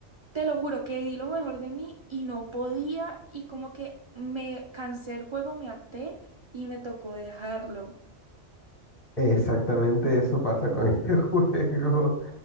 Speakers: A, on the right; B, on the left.
A: te lo juro que di lo mejor de mí y no podía, y como que me cansé el juego, me harté, y me tocó dejarlo.
B: Exactamente eso pasa con este <laughs> juego.